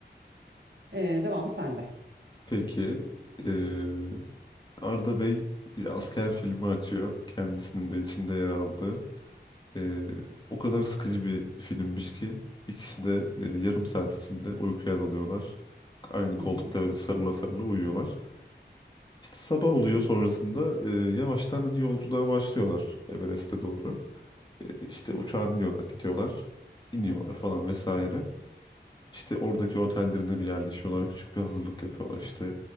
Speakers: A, on the right; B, on the left.
A: E, devamı sende.
B: Peki. Ee, Arda Bey bir asker filmi açıyor. Kendisinin de içinde yer aldığı. Ee, o kadar sıkıcı bir filmmiş ki ikisi de e, yarım saat içinde uykuya dalıyorlar. Aynı
A: Hı
B: koltukta
A: hı.
B: böyle sarıla sarıla uyuyorlar. İşte sabah oluyor sonrasında e, yavaştan hani yolculuğa başlıyorlar Everest'e doğru. E, işte uçağa biniyorlar, gidiyorlar, iniyorlar falan vesaire. İşte oradaki otellerinde bir yerleşiyorlar. Küçük bir hazırlık yapıyorlar. İşte